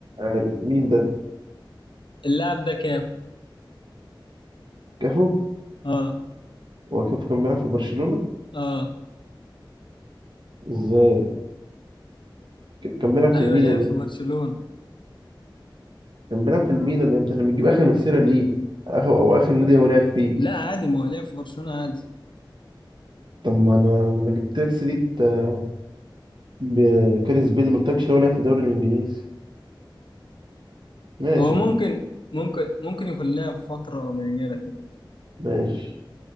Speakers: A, on the right; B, on the left.
A: عارف مين ده؟
B: اللاعب ده كام
A: كافو؟
B: اه
A: هو كافو كان بيلعب في برشلونة؟
B: اه
A: ازاي كان بيلعب في
B: ايوه
A: الميلان
B: لعب
A: يعني
B: في برشلونة
A: كان بيلعب في الميلان يا ابني احنا بنجيب اخر مسيره ليه اخر او اخر نادي هو لعب فيه
B: لا عادي ما هو لعب في برشلونة عادي
A: طب ما انا لما جبت لك سيره آه، ب- كاريس بيل ما قلتلكش لو لعب في الدوري الانجليزي ماشي
B: هو ممكن ممكن ممكن يكون لها فترة قليلة كده
A: ماشي